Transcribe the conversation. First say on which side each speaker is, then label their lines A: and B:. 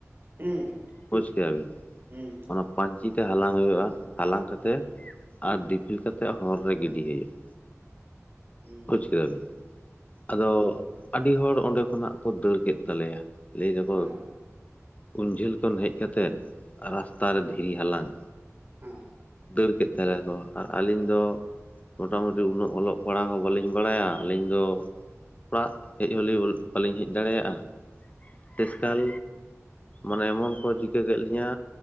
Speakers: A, on the right; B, on the left.
A: ᱦᱩᱸ᱾
B: ᱵᱩᱡ ᱠᱮᱫᱟ ᱵᱤᱱ
A: ᱦᱩᱸ ᱦᱩᱸ ᱦᱩᱸ ᱦᱮᱸ
B: ᱚᱱᱟ ᱯᱟᱧᱪᱤ ᱛᱮ ᱦᱟᱞᱟᱝ ᱦᱩᱭᱩᱜᱼᱟ ᱦᱟᱞᱟᱝ ᱠᱟᱛᱮᱜ
A: ᱦᱮᱸ
B: ᱟᱨ ᱫᱤᱯᱤᱞ ᱠᱟᱛᱮᱜ ᱦᱚᱨ ᱨᱮ ᱜᱤᱰᱤ ᱦᱳᱭᱳᱜᱼᱟ
A: ᱦᱩᱸ
B: ᱠᱮᱫᱟᱵᱤᱱ? ᱟᱫᱚ ᱟᱹᱰᱤ ᱦᱚᱲ ᱚᱸᱰᱮ ᱠᱷᱚᱱᱟᱜ ᱠᱚ ᱫᱟᱹᱲ ᱠᱮᱫ ᱛᱟᱞᱮᱭᱟ ᱞᱟᱹᱭ ᱫᱟᱠᱚ
A: ᱦᱮᱸ
B: ᱩᱱ ᱡᱷᱟᱹᱞ ᱠᱷᱚᱱ ᱦᱮᱡ ᱠᱟᱛᱮᱫ ᱨᱟᱥᱛᱟ ᱨᱮ ᱫᱷᱤᱨᱤ ᱦᱟᱞᱟᱝ᱾
A: ᱦᱩᱸ
B: ᱫᱟᱹᱲ ᱠᱮᱫ ᱛᱟᱞᱮᱭᱟᱠᱚ ᱟᱨ ᱟᱹᱞᱤᱧ ᱫᱚ ᱢᱚᱴᱟᱢᱩᱴᱤ ᱩᱱᱟᱹᱜ ᱚᱞᱚᱜ ᱯᱟᱲᱦᱟᱣ ᱦᱚᱸ ᱵᱟᱹᱞᱤᱧ ᱵᱟᱲᱟᱭᱟ ᱟᱹᱞᱤᱧ ᱫᱚ ᱚᱲᱟᱜ ᱦᱮᱡ ᱦᱚᱸᱞᱤᱧ ᱵᱟᱹᱞᱤᱧ ᱦᱮᱡ ᱫᱟᱲᱮᱭᱟᱜᱼᱟ ᱛᱮᱥᱠᱟᱞ ᱢᱟᱱᱮ ᱮᱢᱚᱱ ᱠᱚ ᱪᱤᱠᱟᱹ ᱠᱮᱜ ᱞᱤᱧᱟᱹ